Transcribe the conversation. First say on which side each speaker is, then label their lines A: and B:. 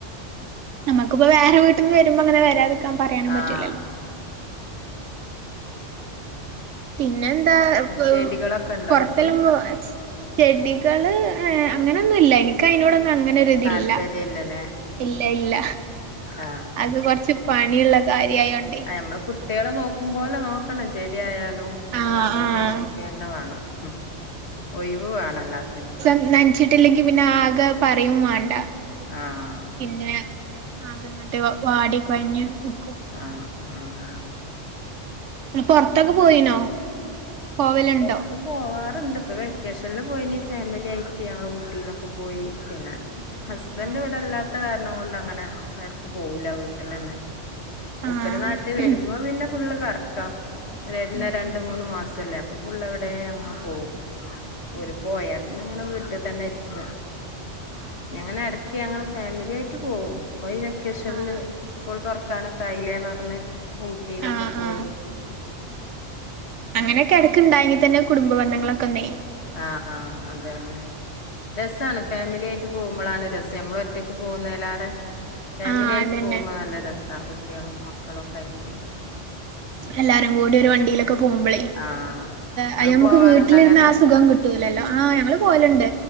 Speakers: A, on the right; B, on the left.
A: നമക്കിപോ വേറെ വീട്ടിന്നു വരുമ്പം അങ്ങനെ വരാതക്കാൻ പറയാനും പറ്റൂല്ലല്ലോ.
B: ആഹ്
A: പിന്നെന്താ പ്
B: ചെടികളൊക്കെ ഉണ്ടോ
A: പൊർത്തെല്ലാം
B: വീട്ടില്
A: പോവ ചെടികള് ഏഹ് അങ്ങനൊന്നുല്ല. ഇനിക്കയ്നോടൊന്നും അങ്ങനൊ രുതില്ല
B: താല്പര്യല്ലല്ലേ
A: ഇല്ല ഇല്ല
B: ആഹ്
A: അത് കൊർച്ച് പണിള്ള കാര്യായോണ്ടെ
B: ആഹ് നമ്മള് കുട്ടിയോളെ നോക്കുമ്പോലെ നോക്കണം ചെടി ആയാലും അങ്ങനെ
A: ആഹ്
B: നല്ലോണ്ണം
A: ആഹ്
B: നോക്കി തന്നെ വേണം മ് ഒഴിവ് വേണം എല്ലാത്തിനും
A: ഇത് നനച്ചിട്ടില്ലെങ്കി പിന്നെ ആകെ പറയും വാണ്ട
B: ആഹ്
A: പിന്നെ ആകെ ഇങ്ങട്ട് വാടി കൊഴഞ് നിക്കും
B: ആഹ് ആഹ്
A: പൊറത്തൊക്കെ പോയിനോ? പോവലുണ്ടോ
B: <unintelligible> പോവാറ്ണ്ട് ഇപ്പൊ വെക്കേഷനില് പോയീനി ഫാമിലിയായിട്ട് ഞങ്ങള് ഊട്ടിയിലൊക്കെ പോയി പിന്നെ ഹസ്ബൻഡ്
A: ആഹ് ആഹ്
B: ഇവടെ ഇല്ലാത്ത കാരണം കൊണ്ട് അങ്ങനെ എടക്ക് പോവൂല്ല വീട്ടിലന്നെ മുൂപ്പര്
A: ആഹ്
B: നാട്ടില് വരുമ്പം പിന്നെ ഫുള്ള് കറക്കം വരുന്ന
A: ഉം
B: രണ്ട്
A: ഉം
B: മൂന്ന് മാസല്ലേ? അപ്പൊ ഫുള്ള് എവിടെ അങ്ങ്
A: ആഹ്
B: പോവും ഓല്
A: ഉം
B: പോയാ പിന്നെ ഇങ്ങനെ വീട്ടി തന്നെയിരിക്കും
A: ആഹ്
B: പിന്നെങ്ങനെ എടക്ക് ഞങ്ങള് ഫാമിലിയായിട്ട് പോവും ഇപ്പൊ ഈ വെക്കേഷനിൽ
A: ആഹ്
B: സ്കൂൾ തൊറക്കാനൊക്കെ ആയില്ലേന്ന് പറഞ്ഞ് ഊട്ടി ഊട്ടിയിലൊക്കെ
A: ആഹ്
B: പോയി
A: ആഹ് ഉം അങ്ങനെക്കെ എടക്ക് ഇണ്ടായെങ്കി തന്നെ കുടുംബ ബന്ധങ്ങളൊക്കെ ഒന്നെ
B: ആഹ് ആഹ് അത് തന്നെ രസാണ് ഫാമിലിയായിട്ട് പോകുമ്പളാണ് രസം നമ്മള് ഒറ്റക്ക് പോകുന്നലേറെ ഫാമിലി
A: ആഹ്
B: ആയിട്ട്
A: അതന്നെ
B: പോകുമ്പം നല്ല രസ കുട്ടിയളും മക്കളും ഒക്കെ ആയിട്ട്
A: എല്ലാരും കൂടി ഒരു വണ്ടിയിലൊക്കെ പോവുമ്പളേ
B: ആഹ് ഇങ്ങള്
A: ആ ഞമ്മക്ക്
B: പോവാറുണ്ടോ
A: വീട്ടിലിരുന്ന്
B: അങ്ങനെ
A: ആ സുഖം കിട്ടൂലല്ലോ? ആഹ് ഞങ്ങള് പോവല്ണ്ട്